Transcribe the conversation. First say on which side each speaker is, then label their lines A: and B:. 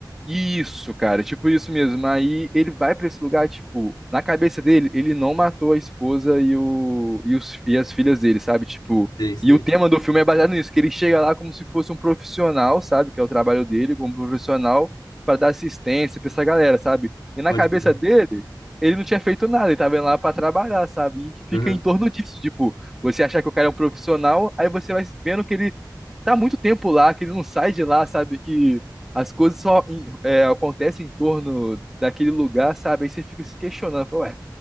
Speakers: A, in the centre; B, on the left.
A: Isso, cara, tipo isso mesmo. Aí ele vai pra esse lugar, tipo, na cabeça dele, ele não matou a esposa e, o, e, os, e as filhas dele, sabe? Tipo,
B: Sei, sei.
A: e o tema do filme é baseado nisso, que ele chega lá como se fosse um profissional, sabe? Que é o trabalho dele, como profissional, pra dar assistência pra essa galera, sabe? E na
B: Pode
A: cabeça
B: crer.
A: dele, ele não tinha feito nada, ele tava indo lá pra trabalhar, sabe? E fica
B: Uhum.
A: em torno disso, tipo, você achar que o cara é um profissional, aí você vai vendo que ele tá muito tempo lá, que ele não sai de lá, sabe? Que as coisas só em- é, acontecem em torno daquele lugar, sabe? Aí você fica se questionando, fala, ué,